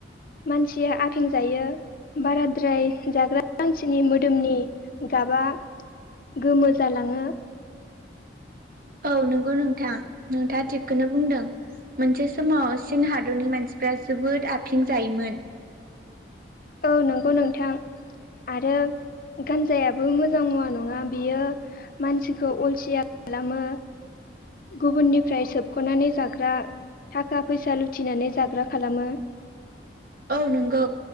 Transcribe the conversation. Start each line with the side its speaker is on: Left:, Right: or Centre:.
Left: मानसिया आफिं जायो बाराद्राय जाग्रा मानसिनि मोदोमनि गाबा गोमो जालाङो
Right: औ नंगौ नोंथां नोंथाङा थिगखौनो बुंदों मोनसे समाव सन हादरनि मानसिफ्रा जोबोद आं जायोमोन
Left: औ नंगौ नोंथां आरो गानजायाबो मोजां मुवा नङा बियो मानसिखौ अलसिया खालामो गुबुननिफ्राय सोबख'नानै जाग्रा थाखा फैसा लुथिनानै जाग्रा खालामो
Right: औ नंगौ